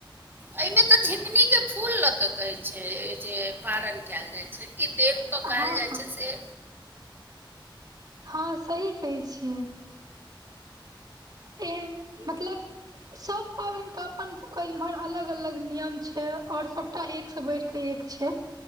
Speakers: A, on the right; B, on the right.
A: एहिमे तऽ झिंगुनीके फूल लऽ कऽ कहैत छै जे पारण कयल जाइत छै कि देव पकायल
B: हँ
A: जाइ छै से
B: हां सही कहै छियै। एहेन मतलब सब पाबनि के अपन सब के इम्हर अलग अलग नियम छै, और सबटा एक एक स बढ़िकऽ एक छै।